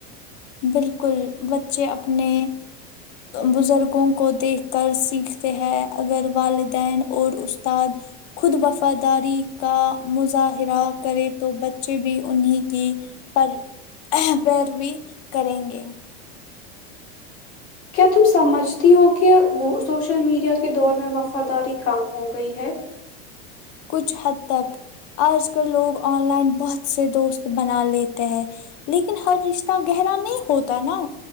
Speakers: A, on the left (about 45°); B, on the left (about 80°).
A: بالکل بچے اپنے بزرگوں کو دیکھ کر سیکھتے ہیں اگر والدین اور استاد خود وفاداری کا مظاہرہ کرے تو بچے بھی انہیں کی پر پیروی کریں گے
B: کیا تم سمجھتی ہو کہ سوشل میڈیا کے دور میں وفاداری کم ہو گئی ہے
A: کچھ حد تک آج کل لوگ آن لائن بہت سے دوست بنا لیتے ہیں لیکن ہر رشتہ گہرا نہیں ہوتا نا